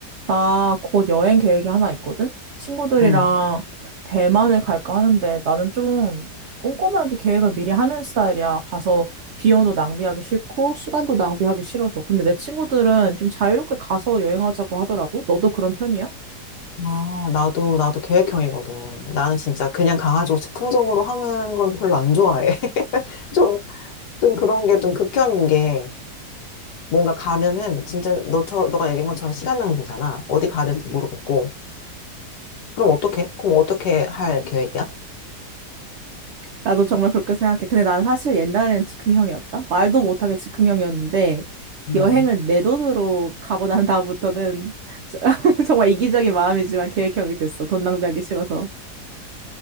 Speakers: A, on the right; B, on the left.
A: 나 곧 여행 계획이 하나 있거든? 친구들이랑
B: 응.
A: 대만을 갈까 하는데 나는 좀 꼼꼼하게 계획을 미리 하는 스타일이야. 가서 비용도 낭비하기 싫고 시간도 낭비하기 싫어서. 근데 내 친구들은 좀 자유롭게 가서 여행하자고 하더라고. 너도 그런 편이야?
B: 아, 나도, 나도 계획형이거든. 나는 진짜 그냥 강아지고 즉흥적으로 하는 건 별로 안 좋아해. <laughs> 좀, 좀 그런 게 좀 극혐인 게 뭔가 가면은 진짜 너처럼, 너가 얘기한 것처럼 시간 낭비잖아. 어디 가야 될지 모르겠고. 그럼 어떻게? 그럼 어떻게 할 계획이야?
A: 나도 정말 그렇게 생각해. 근데 난 사실 옛날엔 즉흥형이었다. 말도 못하게 즉흥형이었는데
B: 음.
A: 여행을 내 돈으로 가고 난 다음부터는 <laughs> 정말 이기적인 마음이지만 계획형이 됐어. 돈 낭비하기 싫어서.